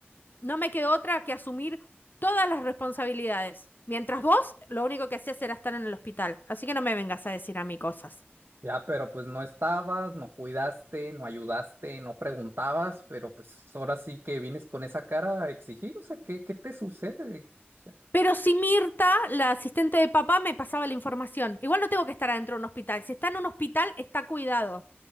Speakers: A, on the left; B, on the right.
A: no me quedó otra que asumir todas las responsabilidades. Mientras vos, lo único que hacías era estar en el hospital. Así que no me vengas a decir a mí cosas.
B: Ya, pero pues no estabas, no cuidaste, no ayudaste, no preguntabas, pero pues ahora sí que vienes con esa cara a exigir. O sea, ¿qué, qué te sucede? O sea,
A: Pero si Mirta, la asistente de papá, me pasaba la información. Igual no tengo que estar adentro de un hospital. Si está en un hospital, está cuidado.